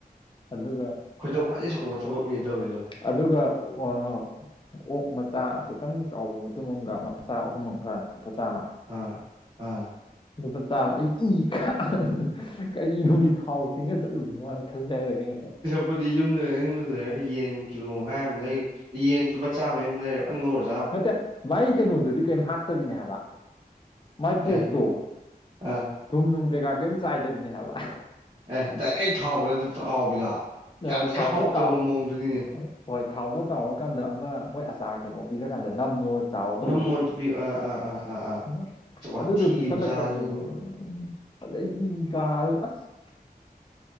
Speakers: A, on the left; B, on the right.
A: ꯑꯗꯨꯒ
B: ꯈꯣꯏꯗꯧ ꯈ꯭ꯋꯥꯏꯗꯒꯤ ꯁꯥꯎꯒꯠꯄ ꯊꯕꯛꯅꯤ ꯇꯧꯔꯤꯗꯣ
A: ꯑꯗꯨꯒ <unintelligible> ꯑꯣꯛ ꯃꯆꯥ ꯈꯤꯇꯪ ꯆꯥꯎꯕ ꯃꯇꯨꯝ ꯑꯝꯒ ꯃꯆꯥ ꯑꯍꯨꯝ ꯑꯝꯒ ꯂꯨꯄꯥ ꯆꯥꯝꯃ
B: ꯑ ꯑꯥ
A: ꯂꯨꯄꯥ ꯆꯥꯝꯃ ꯑꯩ ꯏ ꯀꯥ ꯀꯔꯤꯅꯨꯡꯒꯤ ꯊꯥꯎ ꯇꯤꯡꯉ ꯆꯠꯂꯨꯕꯅꯣ ꯍꯥꯏꯅ <unintelligible> ꯑꯩ ꯉꯁꯥꯏ
B: ꯨꯄꯨꯗꯤ ꯌꯨꯝꯗ ꯌꯨꯝꯗ ꯂꯩꯔꯒ ꯌꯦꯟ ꯀꯤꯂꯣ ꯈꯥꯏ ꯑꯃ ꯂꯩ ꯌꯦꯟ ꯂꯨꯄꯥ ꯆꯥꯝꯃꯩ ꯑꯃ ꯂꯩꯔ ꯐꯖꯅ ꯉꯧꯔꯥ
A: ꯅꯠꯇꯦ ꯃꯥꯏ ꯀꯩꯅꯣꯗꯨꯗꯤ ꯀꯔꯤꯝ ꯍꯥꯞꯇꯕꯤꯅꯦ ꯍꯥꯏꯕ ꯃꯥꯏ
B: ꯀꯩ
A: ꯄꯣꯛꯇꯣ
B: ꯑꯥ
A: ꯊꯨꯝ ꯅꯨꯡ ꯀꯩꯀꯥ ꯀꯌꯤꯝ ꯆꯥꯏꯗꯕꯤꯅꯦ ꯍꯥꯏꯕ
B: ꯑꯦ ꯗꯥꯏꯔꯦꯛ <unintelligible> ꯌꯥꯝꯊꯤ
A: ꯍꯣꯏ ꯊꯥꯎꯗ
B: ꯍꯥꯎꯇꯕ ꯃꯑꯣꯡꯗꯨꯅꯤꯅꯦ
A: ꯇꯥꯎꯔ ꯍꯣꯏ ꯊꯥꯎꯗ ꯇꯧꯔꯀꯥꯟꯗ ꯑꯃ ꯃꯣꯏ ꯑꯆꯥꯔ ꯀꯩꯅꯣ ꯄꯤꯔꯀꯥꯟꯗ ꯅꯝꯃꯣ ꯆꯥꯎꯗꯧꯕꯗꯣ
B: ꯅꯝꯃꯣꯟ ꯑꯥ ꯑꯥ ꯑꯥ ꯑꯥ ꯑꯥ
A: <unintelligible>
B: ꯋꯥꯊꯤꯒꯤ
A: ꯑꯗꯨꯗꯣ ꯄꯤꯁꯜꯂꯛꯄꯅꯦꯃꯦ
B: ꯈꯨꯆꯥꯗꯨ
A: <unintelligible> ꯑꯗꯩ ꯏ ꯀꯗꯥꯅ ꯑꯁ